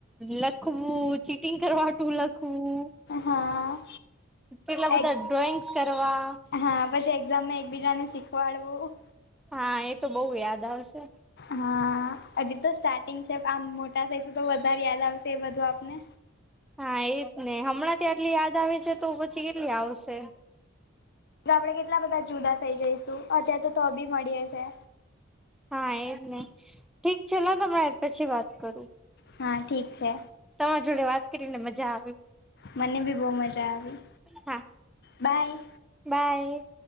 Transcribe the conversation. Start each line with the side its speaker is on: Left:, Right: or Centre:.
Centre: લખવું ચીટિંગ કરવા હાટું લખવું.
Left: હા.
Centre: કેટલા બધા
Left: એક
Centre: ડ્રોઈંગ્સ કરવા
Left: હા પછી એક્ઝામ ને એકબીજાને શીખવાડવું.
Centre: હા એ તો બહુ યાદ આવશે.
Left: હા અજી તો સ્ટાટિંગ છે આમ મોટા થઇશું તો વધારે યાદ આવશે એ બધું આપને.
Centre: હા એજને હમણાં થી આટલી યાદ આવે છે તો પછી કેટલી આવશે.
Left: આપડે કેટલા બધા જુદા થઇ જઈશું અત્યારે તો તો બી મળીએ છે.
Centre: હા એજ ને ઠીક ચલો તમે પછી વાત કરું.
Left: હા ઠીક છે.
Centre: તમાર જોડે વાત કરીને મજા આવી.
Left: મને બી બહુ મજા આવી
Centre: હા
Left: બાય.
Centre: બાય.